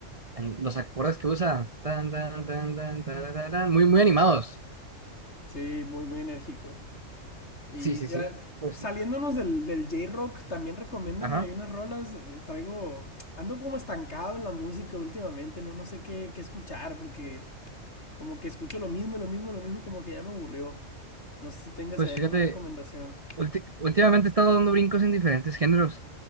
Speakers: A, on the right; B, on the left.
A: el- los acordes que usa. Tan, tan, tan, tan, tarararán. Muy, muy animados.
B: Sí, muy, muy enérgicos. Y
A: Sí, sí, sí.
B: eh,
A: Pues,
B: saliéndonos del, del J-Rock, también recomiéndame
A: ajá.
B: unas rolas. eh, Traigo. Ando como estancado en la música últimamente, no, no sé qué, qué escuchar, porque como que escucho lo mismo, lo mismo, lo mismo, como que ya me aburrió. No sé si tengas
A: Pues
B: ahí alguna
A: fíjate.
B: recomendación.
A: Ulti- últimamente he estado dando brincos en diferentes géneros.